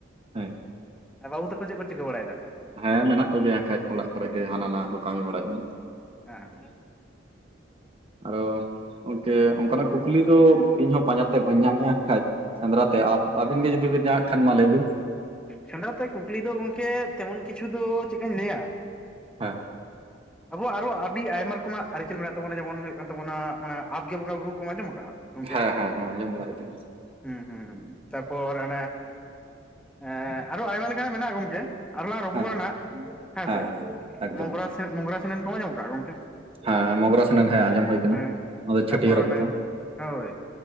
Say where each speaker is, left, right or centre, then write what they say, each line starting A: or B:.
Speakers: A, on the right; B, in the centre.
A: ᱦᱮᱸ
B: ᱟᱨ ᱵᱟᱹᱵᱩ ᱛᱟᱠᱚ ᱪᱮᱫ ᱠᱚ ᱪᱤᱠᱟᱹ ᱵᱟᱲᱟᱭᱮᱫᱟ?
A: ᱦᱮᱸ ᱢᱮᱱᱟᱜ ᱠᱚ ᱜᱮᱭᱟ ᱦᱟᱜᱠᱷᱟᱡ ᱚᱲᱟᱜ ᱠᱚᱨᱮ ᱜᱮ ᱦᱟᱱᱟ ᱱᱟᱣᱟ ᱠᱚ ᱠᱟᱹᱢᱤ ᱵᱟᱰᱟᱭᱮᱜᱼᱟ᱾
B: ᱦᱮᱸ
A: ᱟᱨᱚ ᱜᱚᱝᱠᱮ ᱚᱱᱠᱟᱱᱟᱜ ᱠᱩᱠᱞᱤ ᱫᱚᱼᱼ ᱤᱧ ᱦᱚᱸ ᱯᱟᱸᱡᱟ ᱛᱮ ᱵᱟᱹᱧ ᱧᱟᱢᱮᱜᱼᱟ ᱦᱟᱜ ᱠᱷᱟᱱᱡ ᱥᱮᱸᱫᱽᱨᱟ ᱛᱮ ᱟᱹᱵᱤᱱ ᱜᱮ ᱡᱩᱫᱤ ᱵᱤᱱ ᱧᱟᱢᱮᱫ ᱠᱷᱟᱱ ᱢᱟ ᱞᱟᱹᱭ ᱵᱤᱱ᱾
B: ᱥᱮᱸᱫᱽᱨᱟᱛᱮ ᱠᱩᱠᱞᱤ ᱫᱚ ᱜᱚᱝᱠᱮ ᱛᱮᱢᱚᱱ ᱠᱤᱪᱷᱩ ᱫᱚ ᱪᱮᱫ ᱠᱟᱧ ᱞᱟᱹᱭᱟᱼᱼ
A: ᱦᱮᱸ᱾
B: ᱟᱵᱚᱣᱟᱜ ᱟᱨᱚ ᱟᱹᱰᱤ ᱟᱭᱢᱟ ᱨᱚᱠᱚᱢᱟᱜ ᱟᱵᱭᱟᱜ ᱟᱨ ᱟᱰᱤ ᱨᱠᱢᱟᱝ ᱟᱹᱨᱤᱪᱟᱹᱞᱤ ᱢᱮᱱᱟᱜ ᱛᱟᱵᱚᱱᱟ ᱡᱮᱢᱚᱱ ᱦᱩᱭᱩᱜ ᱠᱟᱱ ᱛᱟᱵᱚᱱᱟ ᱚᱱᱟ ᱟᱯᱜᱮ ᱵᱚᱸᱜᱟ ᱵᱩᱨᱩ ᱠᱚᱢ ᱟᱸᱡᱚᱢ ᱠᱟᱜ-ᱟ ᱜᱚᱝᱠᱮ,
A: ᱦᱮᱸ ᱦᱮᱸ ᱦᱮᱸ ᱟᱸᱡᱚᱢ ᱵᱟᱲᱟ ᱦᱩᱭ ᱟᱠᱟᱱᱟ
B: ᱦᱩᱸ ᱦᱩᱸ ᱛᱟᱯᱚᱨ? <unintelligible> ᱮᱻ ᱟᱨᱚ ᱟᱭᱢᱟ ᱞᱮᱠᱟᱱᱟᱜ ᱢᱮᱱᱟᱜ-ᱟ ᱜᱚᱝᱠᱮ᱾ ᱟᱨᱞᱟᱝ ᱨᱚᱯᱚᱲᱟᱱᱟᱜ
A: ᱦᱮᱸ
B: ᱦᱮᱸᱥᱮ,
A: ᱦᱮᱸ ᱦᱮᱸ ᱮᱠᱫᱚᱢ
B: ᱢᱚᱜᱽᱨᱟ ᱥᱤ, ᱢᱚᱜᱽᱨᱟ ᱥᱤᱱᱟᱹᱱ ᱠᱚᱢ ᱟᱸᱡᱚᱢ ᱠᱟᱜ-ᱟ ᱜᱚᱝᱠᱮ?
A: ᱦᱮᱸ ᱢᱚᱜᱽᱨᱟ ᱥᱮᱱᱮᱱ ᱦᱮᱸ ᱟᱸᱡᱚᱢ ᱦᱩᱭᱠᱟᱱᱟ
B: ᱦᱮᱸ
A: ᱚᱱᱟᱫᱚ
B: ᱛᱟᱯᱚᱨ
A: ᱪᱷᱟᱹᱴᱭᱟᱹᱨ ᱨᱠᱛᱚ᱾
B: ᱚᱱᱮ ᱦᱳᱭ᱾